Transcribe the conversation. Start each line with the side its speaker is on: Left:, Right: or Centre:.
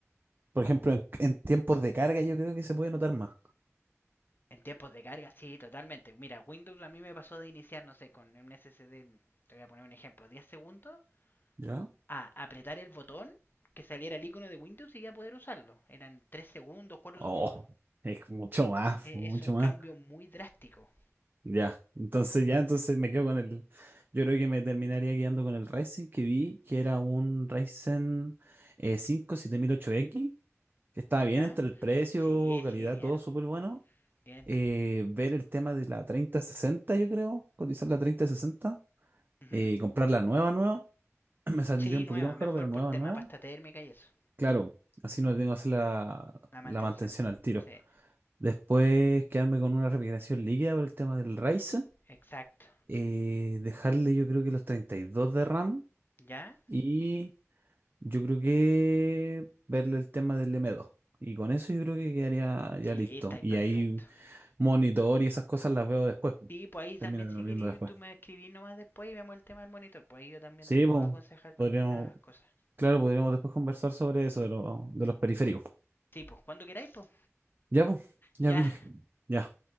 Right: Por ejemplo, en, en tiempos de carga yo creo que se puede notar más.
Left: En tiempos de carga, sí, totalmente. Mira, Windows a mí me pasó de iniciar, no sé, con un SSD, te voy a poner un ejemplo, 10 segundos,
Right: ¿Ya?
Left: a apretar el botón que saliera el icono de Windows y ya poder usarlo. Eran 3 segundos, 4 segundos.
Right: Oh, es mucho más,
Left: E-
Right: mucho
Left: Es un cambio
Right: más.
Left: muy drástico.
Right: Ya, entonces ya, entonces me quedo con el. Yo creo que me terminaría quedando con el Ryzen que vi, que era un Ryzen eh, cinco siete mil ocho x que estaba bien
Left: ¿Ya?
Right: entre el precio,
Left: Sí,
Right: calidad,
Left: sí, bien,
Right: todo súper bueno.
Left: bien.
Right: Eh, ver el tema de la treinta sesenta yo creo, cotizar la 3060,
Left: Ujú.
Right: eh, comprar la nueva, nueva, <clears throat> me saldría
Left: Sí,
Right: un
Left: nueva,
Right: poquito más
Left: mejor
Right: caro, pero nueva,
Left: por tema
Right: nueva.
Left: pasta térmica y eso.
Right: Claro, así no tengo que hacer la,
Left: La mantención.
Right: la mantención al tiro.
Left: Sí,
Right: Después quedarme con una refrigeración líquida por el tema del Ryzen.
Left: exacto.
Right: eh, dejarle yo creo que los 32 de RAM
Left: ¿Ya?
Right: y yo creo que verle el tema del m dos Y con eso yo creo que quedaría ya
Left: Sí,
Right: listo.
Left: está ahí
Right: Y
Left: perfecto.
Right: ahí monitor y esas cosas las veo después.
Left: Sí, pues ahí también
Right: Termino
Left: si
Right: viendo
Left: querís,
Right: después.
Left: tú me escribís nomás después y vemos el tema del monitor. Pues ahí yo también
Right: Sí,
Left: te puedo
Right: pues,
Left: aconsejar con
Right: podríamos,
Left: algunas cosas.
Right: claro, podríamos después conversar sobre eso de, lo- de los periféricos.
Left: Sí, pues cuando queráis, pues
Right: Ya, pues, ya,
Left: ya.
Right: Viri. Ya,